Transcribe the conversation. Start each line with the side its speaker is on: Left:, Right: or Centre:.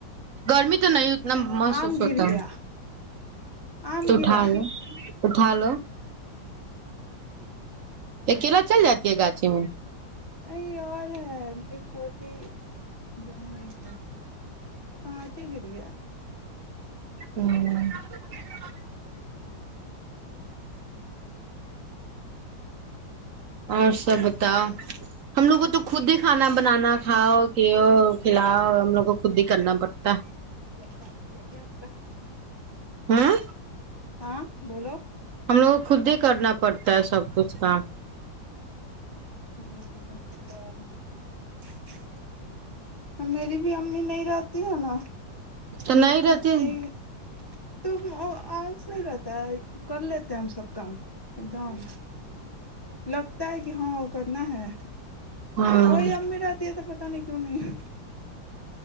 Right: گرمی تو نہیں اتنا محسوس
Left: آم
Right: ہوتا
Left: گر گیا آم
Right: توٹھال
Left: گرا
Right: اٹھا لو اکیلا چل جاتی ہے گاچھی میں
Left: نہیں اور ہے میری چھوٹی بہن ہے کہانچے گر گیا
Right: ہوں اور سب بتاؤ ہم لوگ کو تو خود ہی کھانا بنانا کھاؤ کہ ہو کھلاؤ ہم لوگ کو خود ہی کرنا پڑتا
Left: اتائےے کا
Right: ہاں
Left: ہاں بولو
Right: ہم لوگ خود ہی کرنا پڑتا ہے سب کچھ کام
Left: ہاں تو <unintelligible> میری بھی امی نہیں رہتی ہے نا
Right: نہیں
Left: تو
Right: رہتے
Left: خود سے ہی ت آج نہیں رہتا ت کر لیتے ہیں ہم سب کام ایک دم لگتا ہے کہ ہاں کرنا ہے
Right: ہاں
Left: اوری امی رہتی ہے تو ت نہیں کیوں نہیں